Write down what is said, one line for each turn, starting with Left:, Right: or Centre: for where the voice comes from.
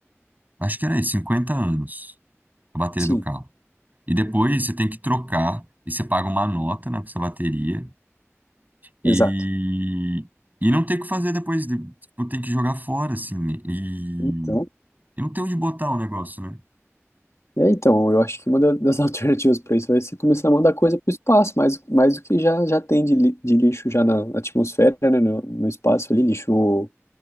Right: acho que era isso, 50 anos, a bateria
Left: Sim,
Right: do carro. E depois você tem que trocar e você paga uma nota na sua bateria e,
Left: exato.
Right: e não tem o que fazer depois. de- Tipo, tem que jogar fora, assim. E,
Left: Então,
Right: e não tem onde botar o negócio, né?
Left: é, então, eu acho que uma da- das <laughs> alternativas para isso vai ser começar a mandar coisa para o espaço, mais, mais do que já, já tem de, li- de lixo já na atmosfera, né, no, no espaço ali, lixo